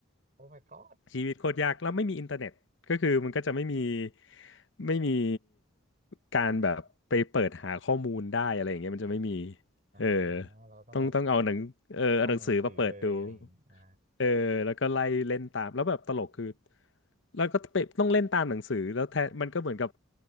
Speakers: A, on the right; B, on the left.
A: โอ้ my god
B: ชีวิตโคตรยากแล้วไม่มีอินเทอร์เน็ตก็คือมันก็จะไม่มีไม่มีการแบบไปเปิดหาข้อมูลได้อะไรอย่างเงี้ยมันจะไม่มี
A: อ่า
B: เออ
A: เราต้องแบบ
B: ต้องต้องเอาหนังเออเอาหนังสือมาเปิดดู
A: ช่องหนังสือเลยอะไรอย่างงี้อ่า
B: เออแล้วก็ไล่เล่นตามแล้วแบบตลกคือแล้วก็ไปต้องเล่นตามหนังสือแล้วแทนมันก็เหมือนกับ